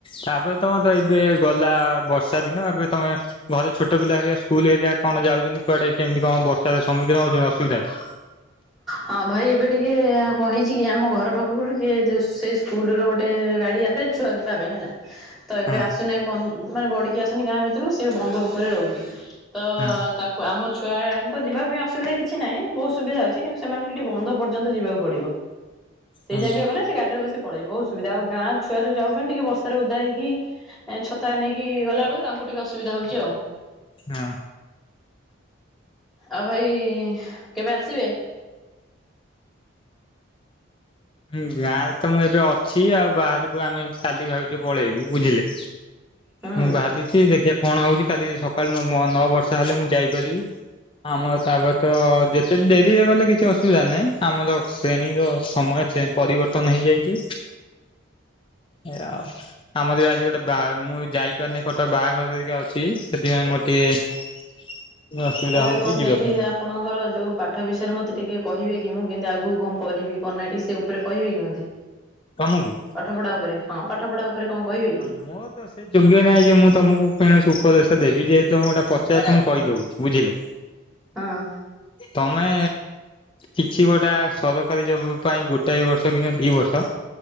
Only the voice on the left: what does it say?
ତାପରେ ତମେ ତ ଏବେ ଗଲା ବର୍ଷା ଦିନ ଏବେ ତମେ ଘରେ ଛୋଟ ପିଲା ହେରିଆ ସ୍କୁଲ ହେରିଆ କଣ ଯାଉଛନ୍ତି କୁଆଡେ ସେମିତି କଣ ବର୍ଷାର ସମ୍ମୁଖୀନ ହଉଛନ୍ତି ଅସୁବିଧାରେ
ହୁଁ
ହୁଁ
ହୁଁ
ହଁ।
ହୁଁ ଗାଁ ରେ ତ ମୁଁ ଏବେ ଅଛି ଆଉ ବାହାରକୁ ଆମେ କାଲି ଭାବିଛୁ ପଳେଇବୁ ବୁଝିଲେ।
ମୁଁ ଭାବିଛି ଦେଖିବା କଣ ହଉଛି କାଲି ସକାଳୁ ନ ନଅ ବର୍ଷା ହେଲେ ମୁଁ ଯାଇପାରିବି। ଆମର ତାପରେ ତ ଯେତେ ଡେରିରେ ଗଲେ କିଛି ଅସୁବିଧା ନାହିଁ ଆମର ଟ୍ରେନିଂ ର ସମୟ ସେ ପରିବର୍ତ୍ତନ ହେଇଯାଇଛି ଏୟା ଆଉ ଆମର ଆଜି ଗୋଟେ ବା ମୁଁ ଯାଇପାରୁନି କଟକ ବାହାଘର ହେରିକା ଅଛି ସେଥିପାଇଁ ମୋର ଟିକେ ଅସୁବିଧା
ହଉଛି
ଯିବା
ପାଇଁ
ତମକୁ।
ଆମ। ତ ସେ ଯୋଗ୍ୟ ନାହିଁ ଯେ ମୁଁ ତମକୁ କୌଣସି ଉପଦେଶ ଦେବି ଯେହେତୁ ତମେ ଗୋଟେ ପଚାର ତ ମୁଁ କହିଦେଉଛି ବୁଝିଲେ।
ତମେ। କିଛି ଗୋଟା ସରକାରୀ ଜବ ପାଇଁ ଗୋଟାଏ ବର୍ଷ କି ଦି ବର୍ଷ।